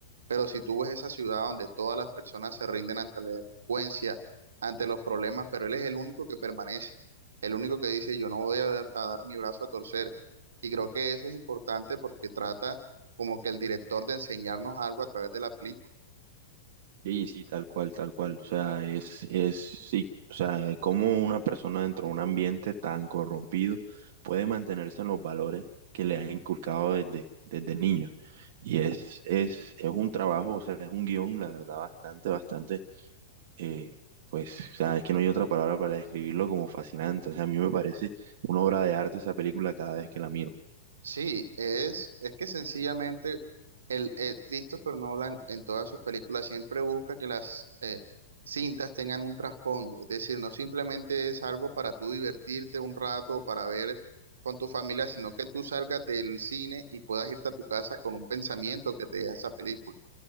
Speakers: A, on the right; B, on the right.
A: Pero si tú ves esa ciudad donde todas las personas se rinden ante la delincuencia, ante los problemas, pero él es el único que permanece, el único que dice, yo no voy a dar a dar mi brazo a torcer y creo que eso es importante porque trata como que el director de enseñarnos algo a través de la película.
B: Sí, sí, tal cual, tal cual. O sea, es, es, sí, o sea, cómo una persona dentro de un ambiente tan corrompido puede mantenerse en los valores que le han inculcado desde, desde niño. Y es, es, es un trabajo, o sea, es un guión, la verdad, bastante, bastante, eh, pues, o sea, es que no hay otra palabra para describirlo como fascinante. O sea, a mí me parece una obra de arte esa película cada vez que la miro.
A: Sí, es, es que sencillamente el, el Christopher Nolan en todas sus películas siempre busca que las eh, cintas tengan un trasfondo. Es decir, no simplemente es algo para tú divertirte un rato o para ver con tu familia, sino que tú salgas del cine y puedas irte a tu casa con un pensamiento que te deja esa película.